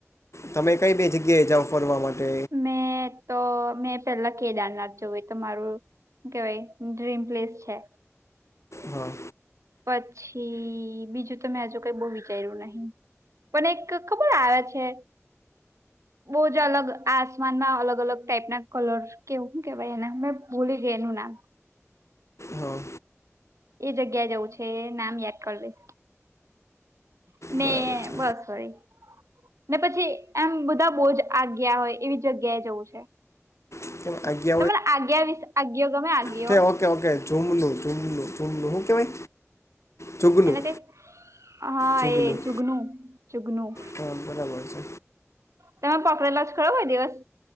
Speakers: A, on the left; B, on the right.
A: તમે કઈ બે જગ્યાએ જાઓ ફરવા માટે
B: મેં તો મેં પેલા કેદારનાથ જવું તો મારું શું કેવાય ડ્રીમ પ્લેસ છે
A: હા
B: પછી બીજું તમે આજુ કઈ બહુ વિચાર્યું નહીિ પણ એક ખબર આવે છે બહુંજ અલગ આસમાનમાં અલગ અલગ ટાઈપ ના કલર કેવું હું કેવાય એને મેં ભૂલી ગય એનું નામ
A: હમ્મ
B: એ જગ્યા જવું છે નામ યાદ કરી લઈશ <unintelligible>
A: બરાબર છે
B: બસ હોરી ને પછી એમ બધા બહુજ આ ગયા હોય એવી જગ્યાએ જવું છે
A: <unintelligible>
B: તમેને આજ્ઞા વિશે આજ્ઞો ગમે આજ્ઞો
A: ઓકે ઓકે ઓકે જુમલું જુમલું જુમલું હું કેવાય જોુગલું
B: એને કઈ હા
A: જોુગલું
B: એ જુગનું જુગનું
A: હા બરાબર છે
B: તમે પકડેલો જ ખરો હોય દિવસ